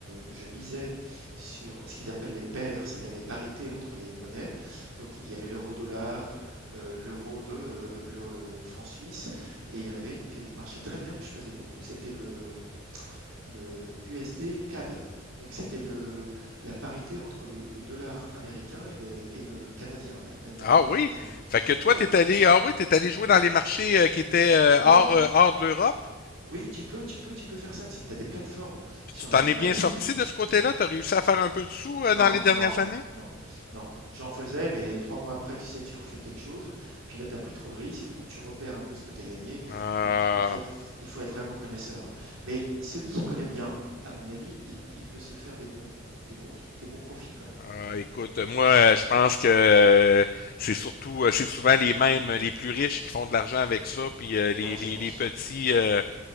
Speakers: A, on the right (about 80°); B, on the left (about 45°).
A: je misais sur ce qu'ils appellent les paires, c'est-à-dire les parités entre les monnaies. Donc il y avait l'euro-dollar, euh, l'euro, euh, le franc suisse, et il y en avait une qui marchait très bien, que je faisais beaucoup, c'était le, le USD-CAD. Donc c'était le, la parité entre le, le dollar américain et le, et le canadien, là, et la
B: Ah
A: monnaie
B: oui?
A: canadienne.
B: Fait que toi,
A: Oui,
B: t'es allé, ah oui, t'es allé jouer dans les marchés euh, qui étaient euh,
A: non,
B: hors, euh, hors de l'Europe.
A: oui, tu peux, tu peux, tu peux faire ça. Tu as des plateformes
B: Puis
A: sur
B: tu t'en
A: Internet
B: es bien sorti de ce côté-là? T'as réussi à faire un peu de sous euh,
A: Non,
B: dans les dernières
A: non,
B: années?
A: non, non. J'en faisais, mais 3 mois après, tu sais, tu refais quelque chose, puis là, tu as pris trop de risques, donc tu repères un peu ce que tu as gagné.
B: Ah,
A: Donc, en fait, il faut être vraiment connaisseur, hein. Mais celui qui connaît bien, à mon avis, il peut, il peut se faire des bons, des bons, des bons profits quand même.
B: ah, écoute, moi, euh, je pense que euh, c'est surtout, euh, c'est souvent les mêmes, les plus riches qui font de l'argent avec ça, puis euh, les,
A: Ouais, je
B: les,
A: pense.
B: les petits, euh,